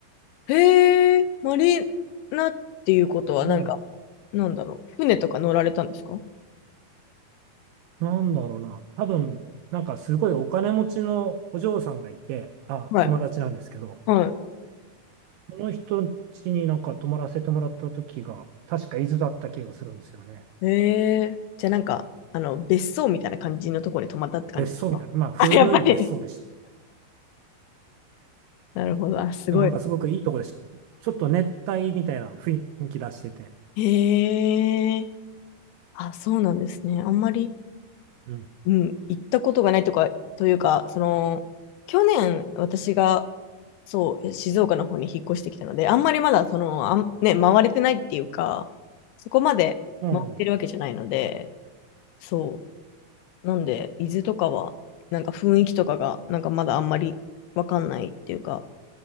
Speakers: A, on the left; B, on the right.
A: へえ、マリーナっていうことは、
B: なんだろう。
A: なんか、なんだろう。船とか乗られたんですか
B: なんだろうな。多分、なんかすごいお金持ちのお嬢さんがいて、あ、
A: はい。
B: 友達なんですけど、
A: は
B: その人ん家になんか泊まらせてもらった時が、確か伊豆だった気がするんですよね。
A: い。へえ、じゃあなんか、あの、別荘みたいな感じのところに泊まったって感じですかあ、
B: 別荘みたいな。まあ古い別荘でした。
A: <laughs> やっぱり。なるほど。あ、すごい。
B: でもなんかすごくいいとこでした。ちょっと熱帯みたいな雰囲気出してて。
A: へえ。あ、そうなんですね。あんまり、
B: うん。
A: うん、行ったことがないとか、というか、その、去年、私が、そう、静岡の方に引っ越してきたので、あんまりまだ、その、あん、ね、回れてないっていうか、そこまで回ってるわけじゃないので、
B: も
A: そう。なんで、伊豆とかは、なんか雰囲気とかが、なんかまだあんまりわかんないっていうか、